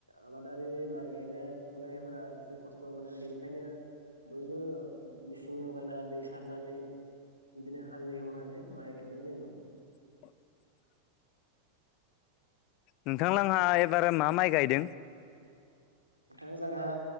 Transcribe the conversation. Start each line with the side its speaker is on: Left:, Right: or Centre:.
Right: आबादारि माइ गायनाय फुनायफोरा एसे खस्थ' मोनो बेनिखायनो बयबो मिसिं लगायना दै सारनानै
Left: <inaudible>
Right: बिदिनो हाल एवनानै माइ गायनाय जायो
Left: <inaudible> नोंथांलाहा एबार मा माइ गायदों
Right: नोंथां जोंहा